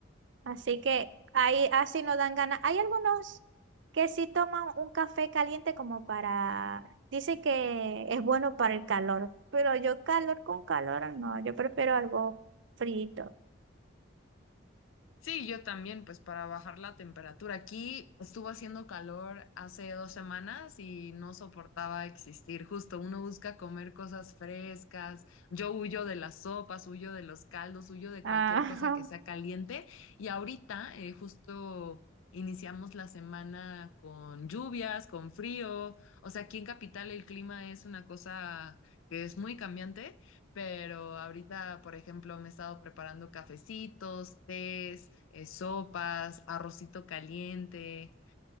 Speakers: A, on the right; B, on the left.
A: así que ahí así no dan ganas. Hay algunos que sí toman un café caliente como para, dice que es bueno para el calor, pero yo calor con calor no, yo prefiero algo frito. <laughs>
B: Sí, yo también, pues para bajar la temperatura. Aquí estuvo haciendo calor hace dos semanas y no soportaba existir. Justo uno busca comer cosas frescas. Yo huyo de las sopas, huyo de los caldos, huyo de
A: Ah,
B: cualquier cosa que sea caliente. Y ahorita eh, justo iniciamos la semana con lluvias, con frío. O sea, aquí en Capital el clima es una cosa que es muy cambiante pero ahorita, por ejemplo, me he estado preparando cafecitos, tés, eh, sopas, arrocito caliente.